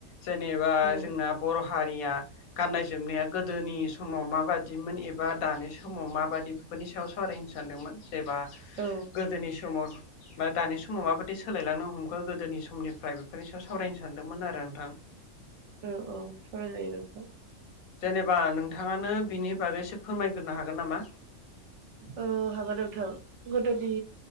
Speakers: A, on the left (about 85°); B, on the right (about 65°).
A: जेनेबा
B: औ
A: जोंना बर' हारिया गाननाय जोमनाया गोदोनि समाव माबादि बिदिमोन एबा दानि समाव माबादि बेफोरनि सायाव सावरायहो सानदोंमोन। जबा
B: औ
A: गोदोनि समाव बा दानि समाव माबायदि सोलायलांनो हमगो गोदोनि समनिफ्राय बेफोरनि सायाव सावरायनो सानदोंमोन आरो नोंथां? <inaudible>
B: औ औ साराय जायो नोंथां
A: जेनेबा नोंथाङानो बिनि बागैसो फोरमायग्रोनो हागोन नामा
B: औ हागोन नोंथां गोदोनि